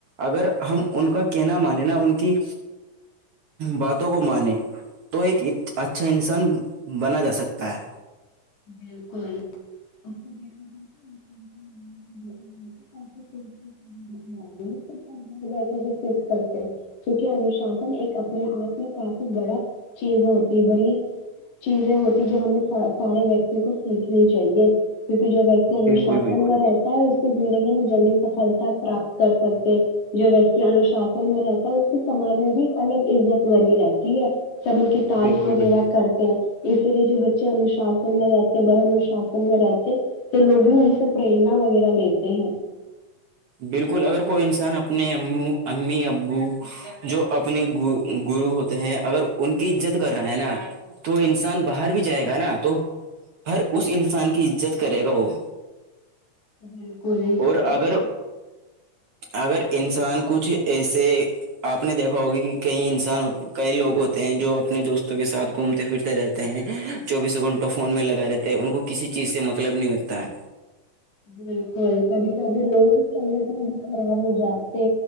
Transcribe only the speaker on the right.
اگر ہم ان کا کہنا مان نا ان کی باتوں کو مانے تو ایک اچھا انسان بنا جا سکتا ہے
بالکل بالکل
بالکل
بالکل
بالکل اگر کوئی انسان اپنے ا امی ابو جو اپنے گرو ہوتے ہیں اگر ان کی عزت کر رہا ہے نا تو انسان باہر بھی جائے گا نا تو ہر اس انسان کی عزت کرے گا وہ
اور اگر اگر انسان کچھ ایسے آپ نے دیکھا ہوگی کہ کئی انسان کئی لوگ ہوتے ہیں جو اپنے دوستوں کے ساتھ گھومتے پھرتے رہتے چوبیسوں گھنٹوں فون میں لگا رہتے ہیں ان کو کسی چیز سے مطلب نہیں ہوتا ہے